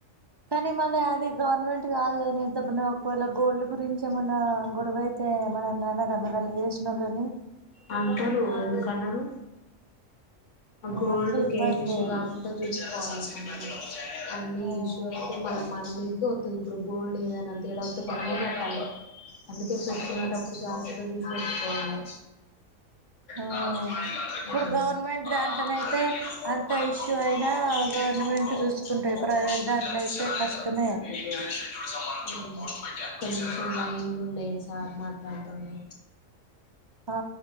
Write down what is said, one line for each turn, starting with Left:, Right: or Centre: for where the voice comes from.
Right: కానీ మళ్ళీ అది గవర్నమెంట్ కాదునింతమన్నా ఒకవేళ గోల్డ్ గురించి ఏమన్నా గొడవ అతే అ మ నాన్న రమ చేసినళ్ుని
Left: అంటారు ఎందుకన్నారు ఆ గోల్డ్
Right: అట్లా ఇబ్బంది
Left: కేస్ కాకుండా చూసుకోవాలి మ అన్ని
Right: ఆ
Left: ఇష్యూ అయితే మ మన మీదకే అవుది ఇప్పుడు గోల్డ్ ఏదనా తేడా అతే బంగ కట్టాలి అ పెట్టుకునేటప్పుడు జాగ్రత్తగా చూసి పెట్టుకోవాలి
Right: ఆ
Left: <unintelligible>
Right: ఇప్పుడు గవర్నమెంట్ దాంట్లోనయితే అంత ఇష్యూ అయినా గవర్నమెంట్ చూసుకుంటాయి
Left: ఒక
Right: ప్రైవేట్
Left: పోస్ట్ పెట్టాను
Right: దాంట్లో
Left: చూసారా
Right: అయితే కష్టమే
Left: లేదా ఇంటర్వ్యూ కి సంబంధించి ఒక పోస్ట్ కొంచెం మైండ్ ఉండే సార్ మాట్లాడుతుండు
Right: ఆ